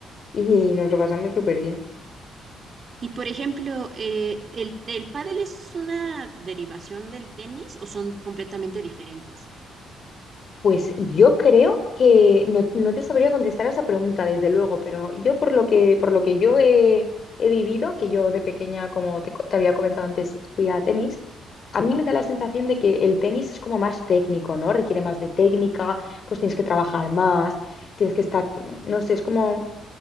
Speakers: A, on the left; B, on the right.
A: y nos lo pasamos súper bien.
B: Y por ejemplo, eh, ¿el, el pádel es una derivación del tenis o son completamente diferentes?
A: Pues yo creo que no, no te sabría contestar a esa pregunta, desde luego, pero yo por lo que, por lo que yo he, he vivido, que yo de pequeña, como te, co- te había comentado antes, fui a tenis, a mí me da la sensación de que el tenis es como más técnico, ¿no? Requiere más de técnica, pues tienes que trabajar más, tienes que estar, no sé, es como